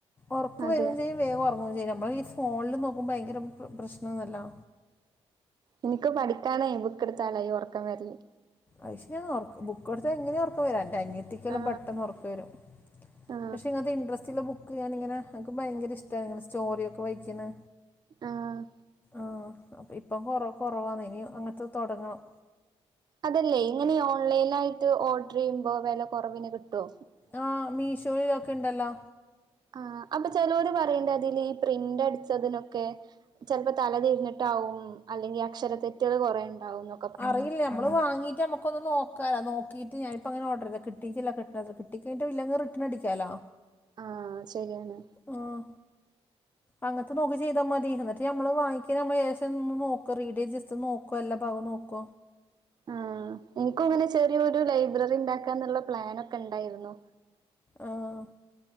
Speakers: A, on the left (about 15°); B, on the right (about 40°).
A: ഒർക്ക്
B: അതെ
A: വെരും ചെയ്യും വേം ഒർങ്ങും ചെയ്യും നമ്മളീ ഫോണില് നോക്കുമ്പോ ഭയങ്കര പ് പ്രശ്നാന്നല്ലോ
B: ഇനിക്ക് പഠിക്കാനായി ബുക്ക്ട്ത്താലായി ഒർക്കം വെര്ല്
A: അയ് ശെര്യാ ഓർക്ക് ബുക്കൊട്ത്ത എങ്ങനെ ഒറക്കവരും എന്റനിയത്തിക്കെല്ലാം
B: ആ
A: പെട്ടന്നോറക്കം വെരും.
B: ആ
A: പക്ഷെ ഇങ്ങൻത്തെ ഇൻട്രസ്റ്റുള്ള ബുക്ക് ഞാനിങ്ങനെ എനിക്ക് ഭയങ്കരിഷ്ടാണ് ഇങ്ങനെ സ്റ്റോറ്യൊക്കെ വായിക്കണെ.
B: ആഹ്
A: ആഹ് അപ്പം ഇപ്പം കൊറെ കൊറവാണ് ഇനി അങ്ങൻത്തെ തൊടങ്ങണം.
B: അതല്ലേ ഇങ്ങനെ ഓൺലൈനായിട്ട് ഓർഡറെയ്യുമ്പോ വെലകൊറവിന് കിട്ടോ?
A: ആഹ് മീഷോയിലൊക്കെണ്ടല്ലോ.
B: ആഹ് അപ്പൊ ചെലോര് പറിണ്ട് അതിലീ പ്രിന്റടിച്ചതിനൊക്കെ ചെലപ്പോ തലതിരിഞ്ഞിട്ടാവും അല്ലെങ്കി അക്ഷരതെറ്റുകൾ കൊറെ ണ്ടാവുന്നൊ
A: അറിയില്ല നമ്മള് വാങ്ങിട്ട് അമ്മക്കൊന്ന് നോക്കാലാ നോക്കിട്ട് ഞാനിപ്പ അങ്ങനെ ഓഡറെയ്‌താ കിട്ടീട്ടില്ല കിട്ട <unintelligible> കി കിട്ടി കഞ്ഞിട്ടില്ലെങ്കി റിട്ടണടിക്കാലോ
B: ആഹ് ശെര്യാണ്.
A: ആഹ് അങ്ങൻത്തെ നോക്കി ചെയ്താമതി ന്നട്ട് നമ്മള് വാങ്ങിക്കണമ്മള് യേശം ഒന്ന് നോക്ക റീഡേയിൽ ജസ്റ്റ് നോക്കല്ല എല്ലാ ഭാഗം നോക്ക
B: ഉം ഇനിക്കും ഇങ്ങനെ ചെറിയൊരു ലൈബ്രറിണ്ടാക്കാന്ന്ള്ള പ്ലനൊക്കെണ്ടായിരുന്നു.
A: ആഹ്